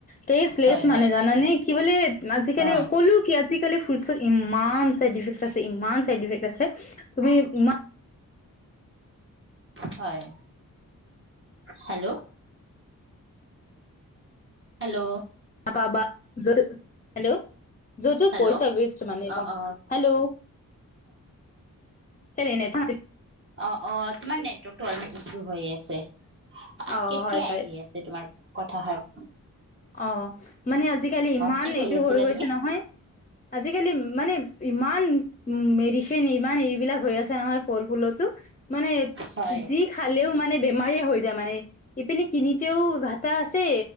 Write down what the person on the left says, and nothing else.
তেষ্টলেছ
মানে
জানানে? কি বোলে আজিকালি
ক'লো কি আপ আজিকালি ফ্ৰছত ইমান চাইড ইফেক্ট আছে ইমান চাইড ইফেক্ট আছে তুমি ই
পাবা য হেল্ল' যদি
পইচা ৱেষ্ট মানে
কম
হেল্ল' কেনে নে থে
অ
হয় হয়
অ মানে আজিকালি ইমান
এইটো
হৈ গৈছে
নহয় আজিকালি মানে ইমান মেডিচিন ইমান এইবিলাক হৈ আছে নহয় ফল ফুলতো মানে
যি খালেও মানে বেমাৰী হৈ যায় মানে ইপিনে কিনিতেও ঘটা আছে